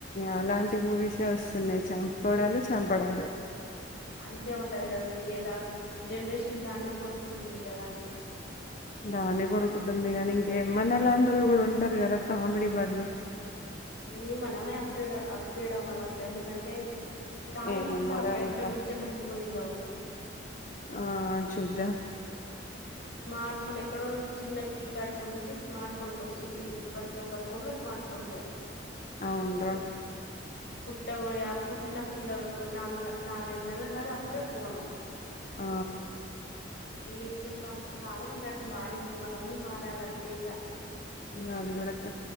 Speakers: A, on the left; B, on the left.
A: అలాంటి మూవీస్ ఏ వస్తున్నాయి చంపుకోవడాలు చంపడాలు
B: అంతే ఉంటది కదా అక్క ఇదా జనరేషన్ దాన్నే కోరుకుంటుంది కదా
A: దానే కొరుకుంటుంది కానీ ఇంకేమన్నా లాంటోళ్లు కూడా ఉంటారు కదా కామెడీ వాళ్ళు
B: హుమ్ మనమే అప్గ్రేడ్ అప్గ్రేడ్ అవ్వాలి అక్క ఎందుకంటే కాలం
A: ఏమోరా
B: చూసావా అక్క ఎక్కడి
A: ఇంకా
B: నుంచి ఎక్కడికి పోయిందో
A: ఆ చూద్దాం
B: స్మార్ట్ ఫోన్ ఎక్కడో చిన్న కీప్యాడ్ ఫోన్ నుంచి స్మార్ట్ ఫోన్ కి వచ్చింది ఇప్పుడు ప్రతి ఒక్కరి ఫోన్ లో స్మార్ట్ ఫోన్సే
A: అవును రా
B: పుట్టబోయే పుట్టిన పిల్లడుకు నాలుగు నాలుగైదు నెలలు రాదు అప్పుడే ఫోను
A: ఆ
B: ఏం చేస్తాం అక్క కాలం ఇగా మారింది మనము మారాలంతే ఇగా
A: అది కూడా